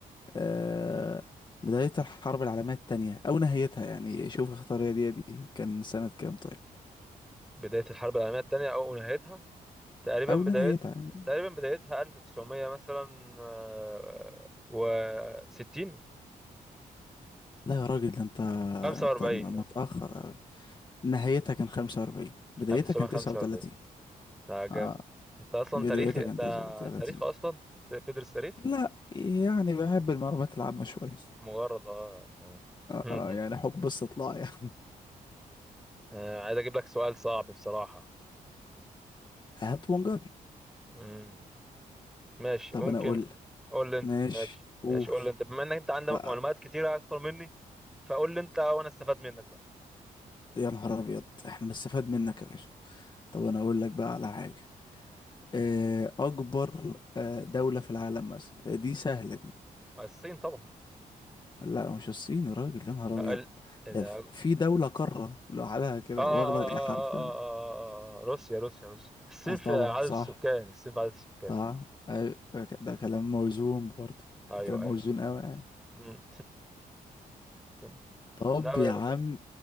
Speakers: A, on the left; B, in the centre.
A: آه، بداية الحرب العالمية التانية أو نهايتها يعني شوف اختار يا دي يا دي كان سنة كام طيب
B: بدايه الحرب العالميه الثانيه او نهايتها تقريبا
A: أو
B: بدايه
A: نهايتها يعني
B: تقريبا بدايتها 1900 مثلا آه، و 60
A: لا يا راجل ده أنت
B: 45
A: أنت م- متأخر
B: مثلا
A: أوي نهايتها كان خمسة وأربعين بدايتها
B: 1945
A: كان تسعة وتلاتين
B: لا جامد
A: آه
B: انت اصلا
A: بدايتها
B: تاريخ انت
A: كان تسعة وتلاتين
B: تاريخ اصلا انت بتدرس تاريخ
A: لا يعني بحب المعلومات العامة شوية
B: مجرد اه تمام <laughs>
A: آه يعني حب استطلاع <laughs> يعني
B: آه، عايز اجيب لك سؤال صعب بصراحة
A: هات ونجر
B: مم. ماشي
A: طب
B: ممكن
A: أنا أقول لك
B: قول لي انت
A: ماشي
B: ماشي
A: قول
B: ماشي قول لي انت بما انك انت عندك
A: و-
B: معلومات كتيرة اكتر مني فقول لي انت وانا استفاد منك بقى
A: يا نهار أبيض إحنا نستفاد منك يا باشا طب أنا أقول لك بقى على حاجة آه، اكبر آه، دولة في العالم مثلا آه، دي سهلة دي
B: الصين طبعا
A: لا مش الصين يا راجل يا نهار
B: ال...
A: ابيض
B: ايه
A: ده
B: ده...
A: ف-
B: اه
A: في دولة قارة لوحدها كده
B: اه
A: واخدة
B: اه
A: إيه
B: اه اه
A: حرفيا
B: اه اه اه آه، روسيا روسيا روسيا الصين
A: اه طبعا
B: في عدد
A: صح
B: السكان الصين في عدد السكان
A: صح أيوة، ده كلام موزون برضه
B: ايوه
A: ده كلام
B: ايوه
A: موزون قوي يعني
B: مم. <laughs>
A: طب
B: لا ب...
A: يا عم
B: ب...